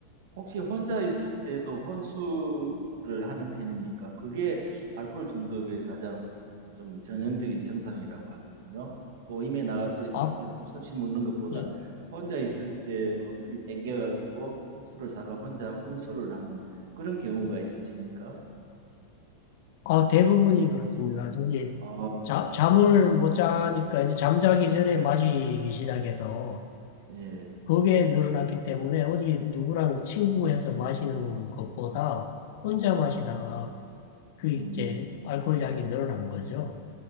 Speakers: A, on the right; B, on the left.
A: 혹시 혼자 있을 때도 혼술을 하는 편입니까? 그게 알코올 중독의 가장 좀 전형적인 증상이라고 하거든요. 모임에 나가서
B: 아,
A: 그냥 할 수 없이 먹는 것보다
B: 예,
A: 혼자 있을 때 뭐 술이 땡겨가지고 술을 사가 혼자 혼술을 하는 그런 경우가 있으십니까?
B: 어, 대부분이 그렇습니다. 이제
A: 아,
B: 자, 잠을 못 자니까 이제 잠자기 전에 마시기 시작해서
A: 예,
B: 그게 늘어났기 때문에 어디 누구랑 친구해서 마시는 것보다 혼자
A: 예.
B: 마시다가 그 이제
A: 음.
B: 알코올 양이 늘어난 거죠.